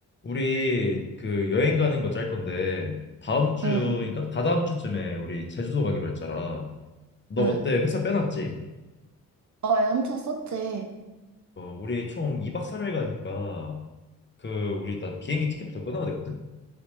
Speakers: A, on the left (about 30°); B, on the right (about 45°).
A: 우리 그 여행 가는 거 짤 건데 다음 주인가?
B: 응,
A: 다다음 주쯤에 우리 제주도 가기로 했잖아. 너
B: 응.
A: 그때 회사 빼놨지?
B: 어, 연차 썼지.
A: 어, 우리 총 2박 3일 가니까 그 우리 일단 비행기 티켓부터 끊어야 되거든?